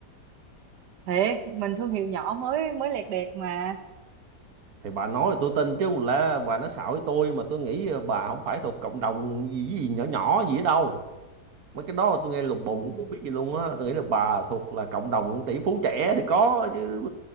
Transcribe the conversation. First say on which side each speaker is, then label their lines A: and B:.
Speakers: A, on the right; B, on the right.
A: Thiệt, mình thương hiệu nhỏ mới mới lẹt đẹt mà.
B: thì bà nói thì tôi tin chứ không lẽ bà nói xạo với tôi mà tôi nghĩ bà không phải thuộc cộng đồng gì gì nhỏ nhỏ gì ở đâu mấy cái đó tôi nghe lùng bùng
A: Không,
B: tôi không biết gì luôn á tôi nghĩ là bà thuộc là cộng đồng tỷ phú trẻ thì có chứ